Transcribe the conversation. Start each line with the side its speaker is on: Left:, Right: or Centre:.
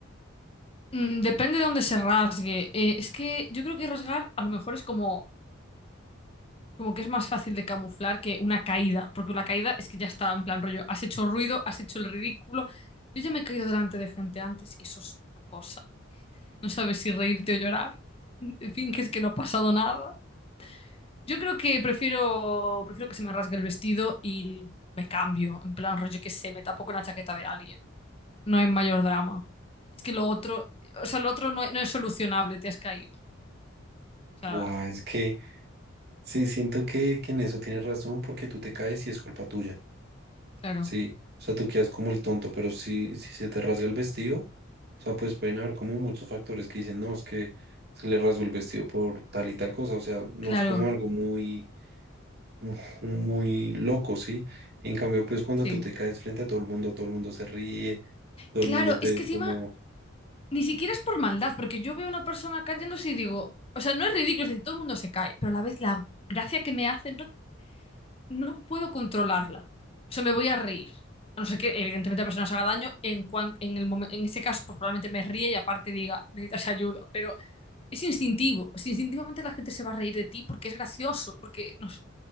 Left: Mm, Depende de dónde se rasgue. Eh, es que yo creo que rasgar a lo mejor es como, como que es más fácil de camuflar que una caída, porque la caída es que ya está en plan rollo, has hecho ruido, has hecho el ridículo. Yo ya me he caído delante de gente antes y eso es una cosa. No sabes si reírte o llorar. En fin, que es que no ha pasado nada. Yo creo que prefiero, prefiero que se me rasgue el vestido y me cambio, en plan rollo que se me tapo con la chaqueta de alguien. No hay mayor drama. Es que lo otro, o sea, lo otro no no es solucionable, te has caído. O sea,
Right: Buah, es que sí, siento que, que en eso tienes razón porque tú te caes y es culpa tuya.
Left: claro,
Right: Sí, o sea, tú quedas como el tonto, pero si, si se te rasga el vestido, o sea, pues pueden haber como muchos factores que dicen, no, es que se le rasgó el vestido por tal y tal cosa, o sea, no
Left: claro,
Right: es como algo muy, <laughs> mu- muy loco, ¿sí? En cambio, pues cuando
Left: sí.
Right: tú te caes frente a todo el mundo, todo el mundo se ríe, todo
Left: Claro,
Right: el mundo te
Left: es
Right: ve
Left: que encima
Right: como,
Left: ni siquiera es por maldad, porque yo veo a una persona cayéndose y digo, o sea, no es ridículo, es decir, todo el mundo se cae, pero a la vez la gracia que me hace no, no puedo controlarla. O sea, me voy a reír. A no ser que, evidentemente, la persona se haga daño, en, cuan- en, el momen- en ese caso, pues probablemente me ríe y aparte diga, necesitas ayuda, pero es instintivo. Es instintivamente la gente se va a reír de ti porque es gracioso, porque no sé,